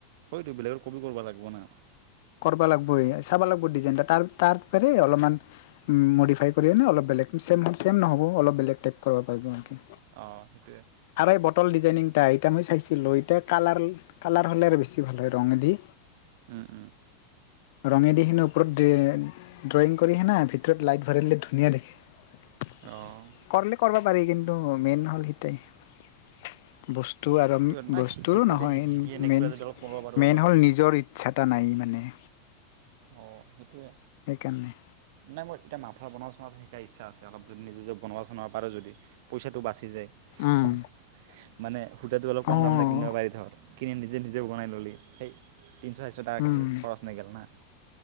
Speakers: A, on the right (about 65°); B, on the left (about 65°).
A: হয়তটো বেলেগৰ কপি কৰিবা লাগিব না।
B: কৰিব লাগবই চাব লাগিব ডিজাইনটা তাৰ তাৰপ অলপমান মডিফাই কৰি আনে অলপ বেলেগ চেম ছেম নহ'ব অলপ বেলেগ টাইপ কৰিব পাৰিব সিহঁতি।
A: অঁ সেইটোৱে
B: আৰু এই বটল ডিজাইনিং টাইপ। ক মই চাইছিলোঁ, এতিয়া কালাৰ কালাৰ হ'লে আৰু বেছি ভাল হয় ৰঙেদি।
A: উম উম।
B: ৰঙেদি সেনো ওপৰত এ ড্ৰয়িং কৰিহে না ভিতৰত লাইট ভৰাই দিলে ধুনীয়া দেখে।
A: অঁ
B: কৰলে কৰব। হব পাৰে কিন্তু মেইন হল হিতাই <inaudible> বস্তু আৰু
A: সেইটোৱে নাই
B: বস্তু
A: শিকো
B: নহয়
A: দেই শিকি শিকি এনে কিবা
B: মেইন
A: যদি অলপ কৰিব পাৰোঁ অলপ
B: মেইন হ'ল নিজৰ ইচ্ছাটা নাই।
A: অ সেইটোয়ে।
B: সেইকাৰণে।
A: নাই মই এতিয়া <inaudible> বনোৱা চ শিকা ইচ্ছা আছে অলপ যদি নিজে বনোৱা পাৰা যদি পইচাটো বাচি যায়
B: উম
A: <inaudible> মানে সূটাটো অলপ কম
B: অঁ
A: দাম কিনিব পাৰি ধৰ কিনি যে নিজে বনাই ল'লি, সেই তিনিশ চাৰিশ টকা
B: উম
A: খৰচ নে গেল না।